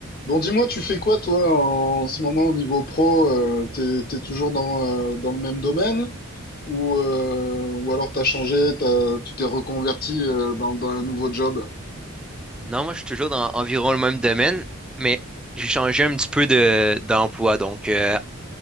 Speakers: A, on the left (about 45°); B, in the centre.
A: Bon, dis-moi, tu fais quoi toi en, ce moment au niveau pro? euh, t'es, t'es toujours dans, euh, dans le même domaine ou, euh, ou alors t'as changé, t'as- tu t'es reconverti euh, dans, dans un nouveau job?
B: Non, moi, je suis toujours dans environ le même domaine, mais j'ai changé un petit peu de, d'emploi. Donc, euh,